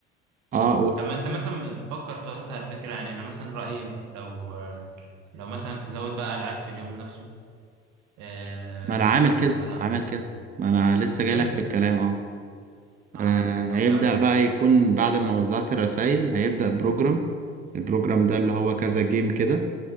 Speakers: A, on the right; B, on the right.
A: اه
B: مم.
A: قول
B: طب ما أنت مثلا بتفكر توسع الفكرة يعني أنا مثلا رأيي لو لو مثلا تزود بقى ألعاب في اليوم نفسه آه
A: ما انا عامل كده
B: مثلا
A: عامل كده ما انا لسه
B: بجد
A: جايلك في الكلام اه
B: أه
A: آه،
B: طب
A: هيبدأ
B: كمل
A: بقى يكون بعد ما وزعت الرسائل هيبدأ بروجرام البروجرام ده اللي هو كذا جيم كده